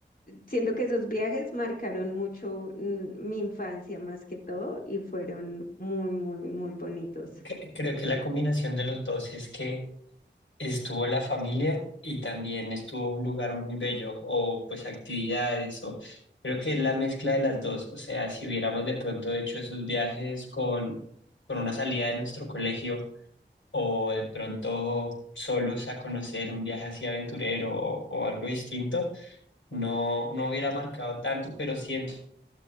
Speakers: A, on the left; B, on the left.
A: siento que esos viajes marcaron mucho mm, mi infancia más que todo y fueron muy, muy, muy bonitos.
B: Cre- Creo que la combinación de los dos es que Estuvo la familia y también estuvo un lugar muy bello o pues actividades o creo que es la mezcla de las dos. O sea, si hubiéramos de pronto hecho esos viajes con, con una salida de nuestro colegio o de pronto solos a conocer un viaje así aventurero o, o algo distinto, no, no hubiera marcado tanto, pero siento